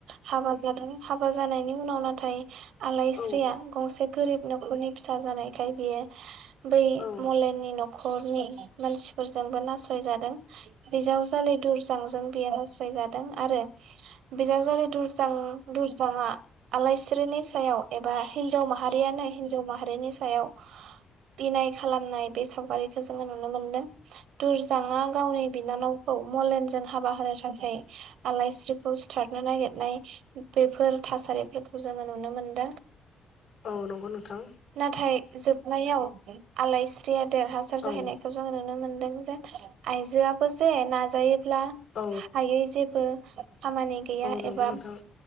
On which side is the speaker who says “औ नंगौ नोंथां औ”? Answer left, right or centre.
Left